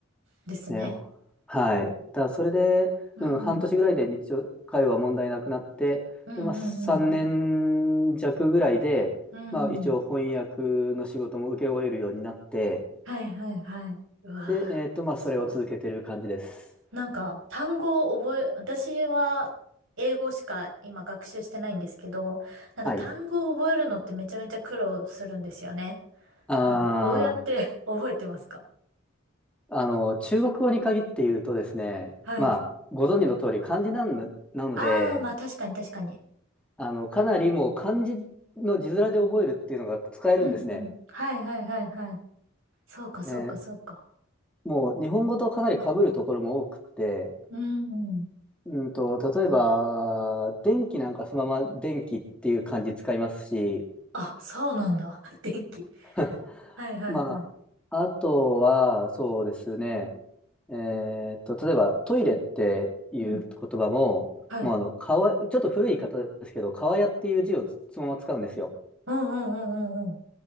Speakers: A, on the right; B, in the centre.
A: ですね。
B: ね、はい。だからそれで、
A: うん。
B: うん、半年ぐらいで日常会話問題なくなって、
A: うんうんうん
B: で、まあ、3年弱ぐらいで、
A: うん。
B: まあ、一応翻訳の仕事も請け負えるようになって、
A: うん。はいはいはい。うわー、
B: で、えっと、まあ、
A: すごい。
B: それを続けてる感じです。
A: なんか、単語を覚え、私は英語しか今学習してないんですけど、なんか単語を覚えるのってめちゃめちゃ苦労するんですよね。
B: はい。あ
A: なんかどうやって <laughs> 覚えてますか
B: ー、あの、中国語に限って言うとですね、
A: はい。
B: まあ、ご存知の通り、漢字なんだなので、
A: あー、まあ確かに確かに。
B: あの、かなりもう漢字の字面で覚えるっていうのが使えるんですね。
A: うんうん。はいはいはいはい。そうかそうかそうか。
B: えーもう日本語とかなり被るところも多くって、
A: うん。
B: うんと、例えば、電気なんかそのまま電気っていう漢字使いますし、
A: あ、そうなんだ。<laughs> 電気。
B: <laughs>
A: はいはいはい。
B: まあ、あとは、そうですね、えーっと、例えばトイレっていう言葉も、
A: うん。はい。
B: もうあの、かわ、ちょっと古い言い方ですけど、かわやっていう字をつそのまま使うんですよ。
A: うんうんうんうんうん。